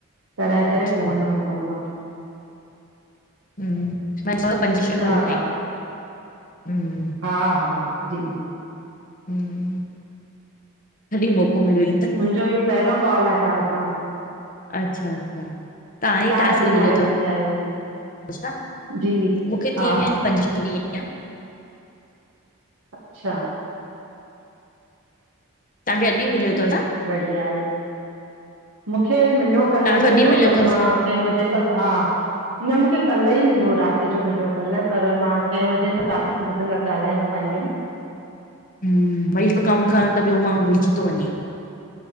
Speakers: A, on the right; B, on the left.
A: कराए करे
B: अच्छा
A: पो वञिणो पवंदो आ।
B: हम्म म छड़ो पंज छह घंटा
A: कलाक
B: हि
A: आहे
B: हम्म
A: हा हा जी।
B: हम्म जॾी मौको मिलई
A: मुंहिजो इहो पहिरयों कॉल आ तव्हां सां।
B: अच्छा अच्छा तव्हां ई
A: तव्हां
B: टास्क
A: कॾहिं
B: मिलयो
A: खां एड
B: तव।
A: थिया आहियो हिन में
B: अच्छा
A: जी
B: मूंखे
A: हा
B: थी वया आहिन, पंज छह ॾिह अञा
A: अच्छा।
B: तव्हांखे अॼु ही मिलयो तव छा?
A: बढ़िया आए। मूंखे मिलयो कल्ह
B: टास्क
A: ई
B: अॼु
A: हुयो,
B: मिलियो
A: पर
B: अथव
A: मां
B: छा
A: कंहि वजे सां हा न मूंखे कल्ह ई मिलयो हो रात सोचो मिलयो कल्ह, पर मां कैं वजह सां मतलब ॻाल्हाए न पाई हुयम‌।
B: हम्म वई हिक कम खण त ॿियो माण्हू भुलजी तो वने।